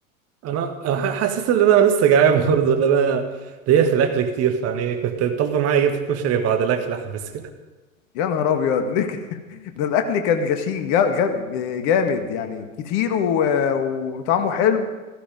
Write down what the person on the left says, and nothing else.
يا نهار ابيض ليه كده؟ <laughs> ده الاكل كان غشيم جا- جا- جامد يعني كتير و... وطعمه حلو